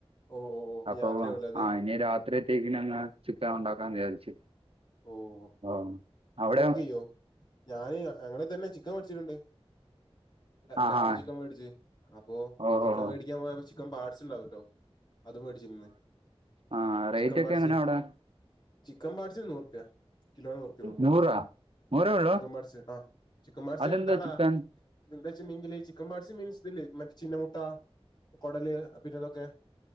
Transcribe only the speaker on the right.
അപ്പൊ
ആ ഇനി രാത്രിയത്തേക്കിനങ്ങ ചിക്കൻ ഉണ്ടാക്കാൻ വിചാരിച്ചു
ഓ അവിടെയൊ
ആഹ്
ആഹ്
ഓഹോ
ഹോ
ആഹ്
റേറ്റ്
ഒക്കെ എങ്ങനാ അവിടെ
നൂറാ നൂറേ
ഉള്ളൂ
അതെന്താ
ചിക്കൻ